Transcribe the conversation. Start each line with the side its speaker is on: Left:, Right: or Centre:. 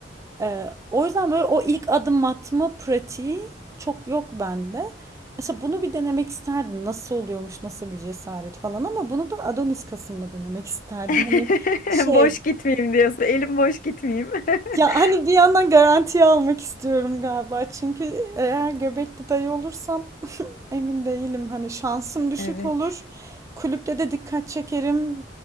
Right: Ee, o yüzden böyle o ilk adım atma pratiği çok yok bende. Mesela bunu bir denemek isterdim. Nasıl oluyormuş, nasıl bir cesaret falan ama bunu da Adonis kasımla denemek isterdim.
Left: <laughs>
Right: Hani şey
Left: Boş gitmeyeyim diyorsun. Elim boş gitmeyeyim.
Right: ya
Left: <laughs>
Right: hani bir yandan garantiye almak istiyorum galiba. Çünkü eğer göbekli dayı olursam <laughs> emin değilim. Hani şansım düşük
Left: Evet.
Right: olur. Kulüpte de dikkat çekerim.